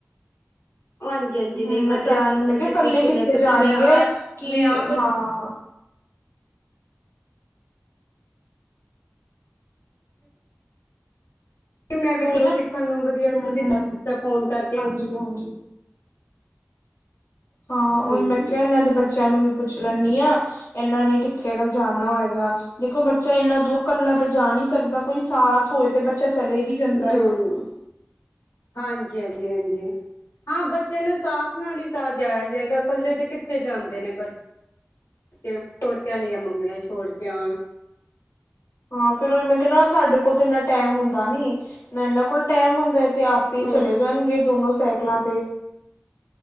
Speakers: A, on the left (about 90°); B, on the left (about 65°).
A: ਹਾਂਜੀ ਹਾਂਜੀ
B: ਹੂੰ
A: ਨਹੀਂ ਵਧੀਆ
B: ਮੈਂ ਕਰਾਂਗੀ
A: ਕੀਤਾ
B: ਮੈਂ
A: ਤੁਸੀਂ
B: ਕਿਹਾ ਇਕੱਲੇ
A: ਪੁੱਛ ਲਿਆ
B: ਕਿੱਥੇ
A: ਕਿਉਂਕਿ
B: ਜਾਣਗੇ
A: ਮੈਂ ਆ
B: ਕੀ
A: ਮੈਂ ਆਪ
B: ਹਾਂ <inaudible>
A: ਕਿ ਮੈਂ ਵੀ
B: ਉਹੀ
A: ਘਰੋਂ
B: ਨਾ
A: ਸਿੱਖਣ ਨੂੰ ਵਧੀਆ
B: ਹੂੰ
A: ਤੁਸੀਂ
B: ਹੂੰ
A: ਦੱਸ ਦਿੱਤਾ ਫੋਨ ਕਰਕੇ।
B: ਹਾਂਜੀ ਹਾਂਜੀ ਹਾਂ ਉਹੀ
A: ਹਾਂਜੀ
B: ਮੈਂ ਕਿਹਾ ਇਹਨਾਂ ਦੇ ਬੱਚਿਆਂ ਨੂੰ ਵੀ ਪੁੱਛ ਲੈਨੀ ਆ ਇਹਨਾਂ ਨੇ ਕਿੱਥੇ ਅਗਰ ਜਾਣਾ ਹੋਏਗਾ ਦੇਖੋ ਬੱਚਾ ਇੰਨਾ ਦੂਰ ਕੱਲਾ ਤੇ ਜਾ ਨਹੀਂ ਸਕਦਾ ਕੋਈ ਸਾਥ ਹੋਏ ਤੇ ਬੱਚਾ ਚਲੇ ਵੀ ਜਾਂਦਾ
A: ਨੋ-ਨੋ,
B: ਏ
A: ਹਾਂਜੀ ਹਾਂਜੀ ਹਾਂਜੀ। ਹਾਂ ਬੱਚੇ ਨੂੰ ਸਾਥ ਨਾਲ ਹੀ ਸਜਾਇਆ ਜਾਏਗਾ ਕੱਲੇ ਤੇ ਕਿੱਥੇ ਜਾਂਦੇ ਨੇ ਬੱਚੇ। ਪਿਉ ਛੋੜ ਕੇ ਆਉਂਣ ਜਾ ਮੰਮੀਆਂ ਛੋੜ ਕੇ ਆਉਣ।
B: ਹਾਂ ਫੇਰ ਉਹ ਮੈਂ ਕਿਹਾ ਨਾ ਸਾਡੇ ਕੋਲ ਤੇ ਇੰਨਾ ਟਾਈਮ ਹੁੰਦਾ ਨੀ ਨਾ ਇਹਨਾਂ ਕੋਲ ਟਾਈਮ ਹੁੰਦਾ। ਤੇ ਆਪੇ
A: ਉਹ
B: ਚਲੇ ਜਾਣਗੇ ਦੋਨੋ ਸਾਈਕਲਾਂ ਤੇ।